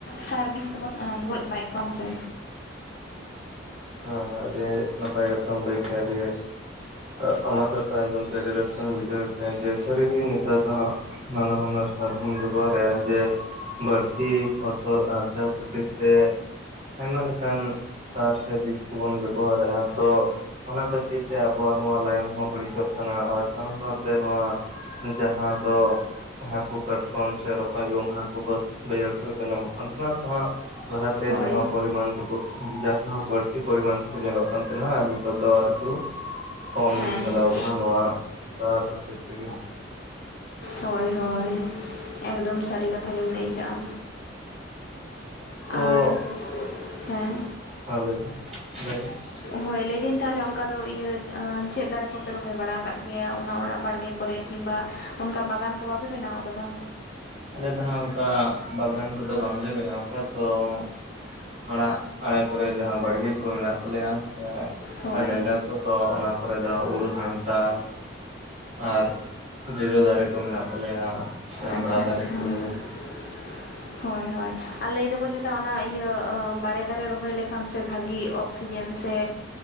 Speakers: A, on the left; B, on the right.
A: ᱥᱟᱨ ᱵᱤᱥ ᱛᱮᱵᱚᱱ ᱮᱸ ᱜᱚᱡᱽ ᱪᱟᱵᱟᱭᱮᱫ ᱠᱚᱣᱟ ᱦᱮᱸ ᱥᱮ᱾
B: ᱦᱚᱸ ᱟᱹᱰᱤ ᱱᱟᱯᱟᱭ ᱠᱟᱛᱷᱟᱢ ᱞᱟᱹᱭ ᱠᱮᱭᱟ ᱟᱰᱹᱰᱤ ᱟᱸ ᱟᱢᱟᱜ ᱠᱟᱛᱷᱟ ᱟᱸᱡᱚᱢ ᱛᱮ ᱟᱹᱰᱤ ᱨᱟᱹᱥᱠᱟᱹᱧ ᱵᱩᱡᱷᱟᱹᱣ ᱠᱮᱫᱟ ᱡᱮ ᱥᱟᱹᱨᱤᱜᱮ ᱱᱮᱛᱟᱨ ᱫᱚ ᱦᱟᱸᱜ ᱱᱟᱱᱟ ᱦᱩᱱᱟᱹᱨ ᱥᱟᱨ ᱵᱚᱱ ᱵᱮᱵᱚᱦᱟᱨᱮ-ᱟ ᱡᱮ ᱵᱟᱹᱲᱛᱤ ᱯᱷᱚᱥᱚᱞ ᱟᱨ ᱪᱟᱣ ᱠᱷᱟᱹᱛᱤᱨ ᱛᱮ ᱟᱭᱢᱟ ᱞᱮᱠᱟᱱ ᱪᱟᱥ ᱠᱚᱵᱚᱱ ᱵᱮᱵᱚᱦᱟᱨᱮᱼᱟ ᱛᱚ ᱚᱱᱟ ᱠᱷᱟᱹᱛᱤᱨ ᱛᱮ ᱟᱵᱚᱣᱟᱜ ᱱᱚᱣᱟ ᱞᱟᱭᱚᱝ ᱦᱚᱸ ᱵᱟᱹᱲᱤᱡᱚᱜ ᱠᱟᱱᱟ, ᱟᱨ ᱥᱟᱶ ᱥᱟᱶᱛᱮ ᱱᱚᱣᱟ ᱡᱟᱦᱟᱸ ᱫᱚ ᱦᱟᱹᱠᱩ, ᱠᱟᱴᱠᱚᱢ ᱥᱮ ᱨᱚᱠᱚᱡᱽ, ᱜᱚᱸᱜᱟ ᱠᱚ ᱵᱟᱹᱫ ᱵᱟᱹᱭᱦᱟᱹᱲ ᱠᱚᱨᱮ ᱠᱚ ᱧᱟᱢᱚᱜ ᱠᱟᱱ ᱛᱟᱦᱮᱸᱱᱟ ᱛᱚ ᱦᱟᱹᱜ ᱞᱟᱦᱟᱛᱮ
A: ᱦᱳᱭ
B: ᱡᱟᱦᱟᱸ ᱯᱚᱨᱤᱢᱟᱱ ᱴᱩᱠᱩ ᱡᱟᱦᱟᱸ ᱵᱟᱹᱲᱛᱤ ᱯᱚᱨᱤᱢᱟᱱ ᱴᱩᱠᱩ ᱧᱮᱞᱚᱜ ᱠᱟᱱ ᱛᱟᱸᱦᱮᱱᱟ ᱟᱨ ᱱᱤᱛᱚᱜ ᱫᱚ ᱟᱨᱠᱤ ᱠᱚᱢ
A: ᱦᱮᱸ
B: ᱪᱟᱞᱟᱣ
A: ᱦᱮᱸ
B: ᱠᱟᱱᱟ, ᱱᱚᱣᱟ ᱰᱟᱦᱟᱨ ᱠᱷᱟᱹᱛᱤᱨ ᱛᱮᱜᱮ᱾
A: ᱦᱳᱭ ᱦᱳᱭ ᱮᱠᱫᱚᱢ ᱥᱟᱹᱨᱤ ᱠᱟᱛᱷᱟ ᱜᱮᱢ ᱞᱟᱹᱭ ᱠᱟᱜ-ᱟ᱾
B: ᱛᱚ
A: <inaudible> ᱟᱨ ᱦᱮᱸ
B: ᱦᱮᱸ ᱞᱟᱹᱭ ᱵᱤᱱ ᱞᱟᱹᱭ ᱢᱮ ᱾
A: ᱦᱳᱭ ᱞᱟᱹᱭ ᱤᱫᱟᱹᱧ ᱛᱟᱦᱚᱞᱮ ᱚᱱᱠᱟ ᱫᱚ ᱤᱭᱟᱹ ᱟᱸ ᱪᱮᱫ ᱫᱟᱨᱮ ᱠᱚᱯᱮ ᱨᱚᱦᱚᱭ ᱵᱟᱲᱟ ᱟᱠᱟᱜ ᱜᱮᱭᱟ ᱚᱱᱟ ᱚᱲᱟᱜ ᱵᱟᱲᱜᱮ ᱠᱚᱨᱮ? ᱠᱤᱝᱵᱟ ᱚᱱᱠᱟ ᱵᱟᱜᱟᱱ ᱠᱚ ᱵᱟᱯᱮ ᱵᱮᱱᱟᱣ ᱟᱠᱟᱫᱟ?
B: ᱟᱞᱮ ᱫᱚ ᱦᱟᱸᱜ ᱚᱱᱠᱟ ᱵᱟᱜᱟᱱ ᱠᱚᱫᱚ ᱵᱟᱝᱞᱮ ᱵᱮᱱᱟᱣ, <unintelligible> ᱛᱚ <inaudible> ᱚᱲᱟᱜ ᱟᱲᱮ ᱠᱚᱨᱮ ᱡᱟᱦᱟᱸ ᱵᱟᱲᱜᱮ ᱠᱚ ᱢᱮᱱᱟᱜ ᱛᱟᱞᱮᱭᱟ ᱚᱱᱠᱟ
A: ᱦᱳᱭ
B: ᱡᱟᱭᱜᱟ ᱠᱚ ᱛᱚ ᱚᱱᱟ ᱠᱚᱨᱮ ᱫᱚ ᱩᱞ, ᱠᱟᱱᱴᱷᱟᱲ ᱟᱨ ᱡᱚᱡᱚ ᱫᱟᱨᱮ ᱠᱚ ᱢᱮᱱᱟᱜ ᱛᱟᱞᱮᱭᱟ ᱥᱮ ᱟᱢᱲᱟ
A: ᱟᱪᱪᱷᱟ
B: ᱫᱟᱨᱮ
A: ᱟᱪᱪᱷᱟ
B: ᱠᱚ᱾
A: <inaudible> ᱦᱳᱭ ᱦᱳᱭ ᱟᱨ ᱞᱟᱹᱭ ᱫᱚᱠᱚ ᱪᱮᱛᱟ ᱚᱱᱟ ᱤᱭᱟᱹ ᱵᱟᱲᱮ ᱫᱟᱨᱮ ᱨᱚᱦᱚᱭ ᱞᱮ ᱠᱷᱟᱱ ᱥᱮ ᱵᱷᱟᱜᱤ ᱚᱠᱥᱤᱡᱮᱱ ᱥᱮ